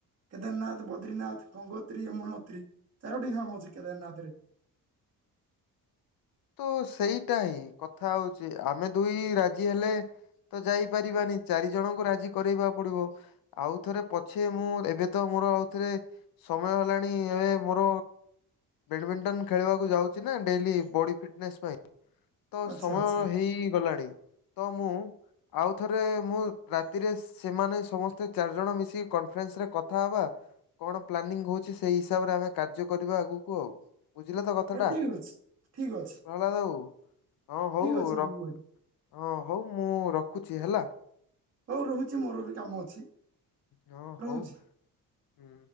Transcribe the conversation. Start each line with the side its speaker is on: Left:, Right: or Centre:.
Right: କେଦାରନାଥ, ବଦ୍ରିନାଥ, ଗଙ୍ଗୋତ୍ରୀ, ୟମୁନୋତ୍ରୀ। ଚାରୋଟି ଧାମ ଅଛି କେଦାରନାଥ ରେ।
Left: ତ ସେଇଟା ହିଁ କଥା ହଉଛି ଆମେ ଦୁଇ ରାଜି ହେଲେ। ତ ଯାଇପାରିବାନି ଚାରି ଜଣଙ୍କୁ ରାଜି କରାଇବା ପଡିବ ଆଉ ଥରେ ପଛେ ମୁଁ ଏବେ ତ ମୁଁ ଆଉଥିରେ ସମୟ ହେଲାଣି ଏବେ ମୋର। ବେଡ଼ମୀଣ୍ଟନ ଖେଳିବାକୁ ଯାଉଛି ନା ଡେଲି ବଡି ଫିଟନେସ୍ ପାଇଁ ତ
Right: ଆଚ୍ଛା
Left: ସମୟ
Right: ଆଚ୍ଛା
Left: ହେଇଗଲାଣି ତ ମୁଁ। ଆଉ ଥରେ ମୁଁ ରାତିରେ ସସସେମାନେ ସମସ୍ତେ ଚାରିଜଣ ମିଶିକି କନଫରେନ୍ସ ରେ କଥା କଣ ପ୍ଲାନିଂ ହଉଛି ସେଇ ହିସାବରେ ଆମେ କାର୍ଯ୍ୟ କରିବା ଆଗକୁ ଆଉ। ବୁଝିଲ ତ କଥାଟା
Right: ଠିକ ଅଛି ଠିକ ଅ
Left: ପ୍ରହ୍ଲାଦ ବାବୁ ହଁ ହଉ
Right: ଅଛି
Left: ର
Right: ବିଭୁ ଭାଇ
Left: ହଁ ହଉ ମୁଁ ର ଖୁଛି ହେଲା।
Right: ହଉ ରହୁଛି ମୋର ବି କାମ ଅଛି।
Left: ହ
Right: ରହୁଛି
Left: ହଉ ହଁ।